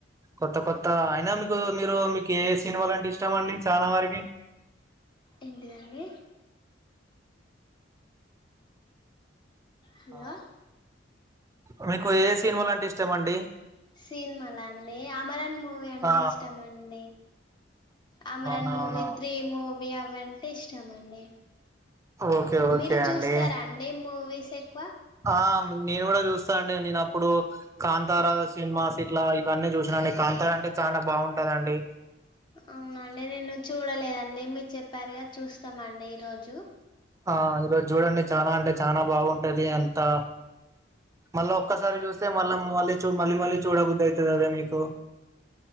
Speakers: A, on the right (about 15°); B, on the left (about 25°).
A: కొత్త కొత్త అయినా మీకు మీరు మీకు ఏ సినిమలుంటే ఇష్టామ అండి చాలా వరకి
B: ఏంటిదండి హలో
A: ఆ ఆ మీకు ఏ సినిమాల్ అంటే ఇష్టం అండి
B: సినిమాలా అండి అమరన్ మూవీ అంటే
A: ఆ
B: ఇష్టం అండి అమరాన్
A: అవునవునా
B: మూవీ త్రీ మూవ్ వి అవంటే ఇష్టమండి
A: ఓకే ఓకే
B: మీరు చూస్తారా
A: అండి
B: అండి మూవీస్ ఎక్కువ
A: ఆ నేను కూడా చూస్తా అండి నేను అప్పుడు కాంతారా సినిమాస్ ఇట్లా ఇవన్నీ చూసినాండి కాంతారా అంటే చాలా బాగుంటాదండి
B: అవునా అండి నేను చూడలేదం డే మీరు చెప్పారుగా చూస్తామండి ఈరోజు
A: ఆ ఈ రో చూడండి చానా అంటే చానా బాగుం ఉంటది అంతా మళ్ళా ఒక్కసారి చూస్తే మళ్ళా మళ్ళీ చూ మళ్ళీ మళ్ళీ చూడ బుద్ధి అయితలేదా మీకు